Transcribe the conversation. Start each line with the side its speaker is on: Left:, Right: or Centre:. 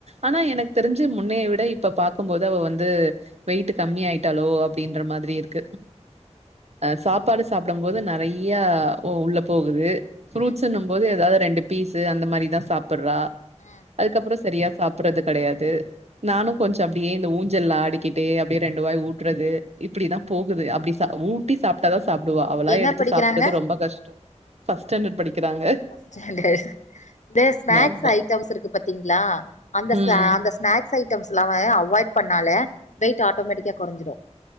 Right: ஆனா எனக் தெரிஞ்சு முன்னே விட இப்ப பாக்கும்போது அவ வந்து வெய்ட்டு கம்மியா ஆய்ட்டாலோ அப்டின்ற மாதிரி இருக்கு அ சாப்பாடு சாப்புடம்போது நெறைய உ உள்ள போகுது ஃபுரூட்ஸிங்க
Left: ம்
Right: போது எதாது ரெண்டு பீஸ்ஸு அந்த மாரிதா சாப்புட்றா
Left: ம்
Right: அதுக்கப்புறோ சரியா சாப் புறது கெடையாது நானு கொஞ்சோ அப்டியே இந்த ஊஞ்சல் ஆடிக்கிட்டு அப்டியே ரெண்டு வாய் ஊட்றது இப்புடிதா போகுது அப்டி சா ஊட்டி சாப் ட்டாதா சாப்டுவா அவளா
Left: என்ன
Right: எடுத்து
Left: படிக்கிறாங்க
Right: சாப்புறது ரொம்ப கஷ்டோ ஃபஸ் ஸ்டாண்டட் படிக்குறாங்க
Left: ஃபஸ் ஸ்டாண்டர்ஸ் இந்த ஸ்நாக்ஸ்
Right: ஆமா
Left: ஐடம்ஸ் இருக்கு பாத்தீங்ளா அந்த
Right: ம்
Left: சா அந்தஸ் ஸ்நாக்ஸ் ஐட்டம்ஸ்லாமே அவாய்ட் பண்ணாலே வெயிட் ஆட்டோமேட்டிக்காக கொறஞ்சிடோ